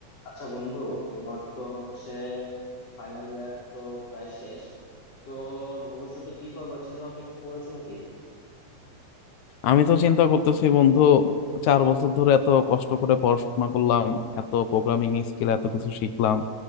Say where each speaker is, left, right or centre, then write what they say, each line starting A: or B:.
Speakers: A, on the left; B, on the left.
A: আচ্ছা বন্ধু তোমার তো হচ্ছে ফাইনাল ইয়ার তো প্রায় শেষ তো ভবিষ্যতে কি করবা চিন্তা ভাবনা কিছু করেছো নাকি
B: আমি তো চিন্তা করতেছি বন্ধু চার বছর ধরে এত কষ্ট করে পড়াশোনা করলাম এত প্রোগ্রামিং স্কিল এত কিছু শিখলাম